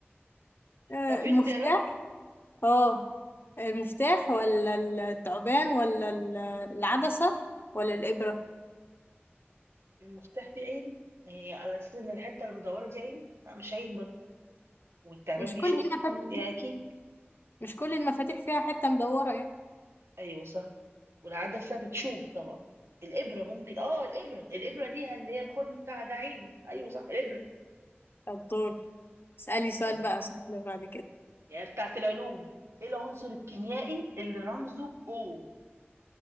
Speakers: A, on the left; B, on the right.
A: آه،
B: لو في
A: المفتاح
B: اختيارات
A: اه المفتاح ولا التعبان ولا ال- العدسة ولا الإبرة
B: المفتاح ليه عين هي على أساس إن الحتة المدورة دي عين لا مش عين برضه والتعبان
A: مش
B: بيشوف
A: كل المفاتيح
B: الحمد لله أكيد
A: مش كل المفاتيح فيها حتة مدورة يعني
B: أيوه صح والعدسة بتشوف طبعا الإبرة ممكن اه الإبرة الإبرة ليها اللي هي الخرم بتاعها ده عين أيوه صح الإبرة
A: الدور اسألي سؤال
B: طيب
A: بقى سهل بعد كده
B: يعني بتاعت العلوم ايه العنصر الكيميائي اللي رمزه O